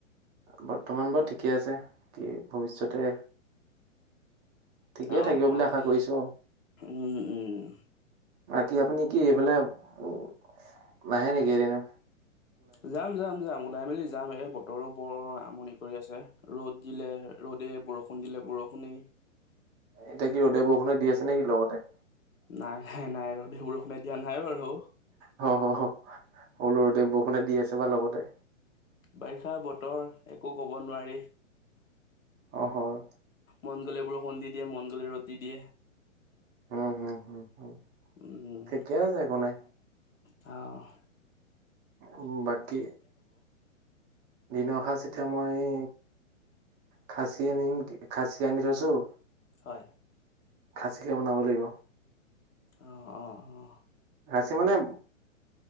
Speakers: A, on the right (about 25°); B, on the left (about 75°).
A: বৰ্তমান বা ঠিকে আছে। কি ভৱিষ্যতে ঠিকেই
B: অ',
A: থাকিব বুলি
B: অ',
A: আশা কৰিছো আও।
B: উম, উম।
A: বাকী আপুনি কি এইফালে উ নাহে নেকি এদিনো?
B: যাম যাম যাম ওলাই মেলি যাম এই বতৰো বৰ আমনি কৰি আছে ৰ'দ। দিলে ৰ'দে, বৰষুণ দিলে বৰষুণেই।
A: এতিয়া কি ৰ'দে বৰষুণে দি আছে নে কি লগতে।
B: নাই নাই নাই ৰ'দে বৰষুণে দিয়া নাই বাৰু।
A: হ হ হ'লো ৰ'দে বৰষুণে দি আছে বা লগতে।
B: বাৰিষা বতৰ একো ক'ব নোৱাৰি।
A: অ হয়।
B: মন গ'লে বৰষুণ দি দিয়ে মন গ'লে ৰ'দ দি দিয়ে।
A: উম হুম হুম হুম
B: উম
A: ঠিকে আছে একো নাই
B: অহ।
A: উ বাকী দিনৰ সাঁজ এতিয়া মই খাচী আনিম কি খাচী আনি থৈছোঁ।
B: হয়।
A: খাচীকে বনাব লাগিব।
B: অ অ অ।
A: ৰাছি মানে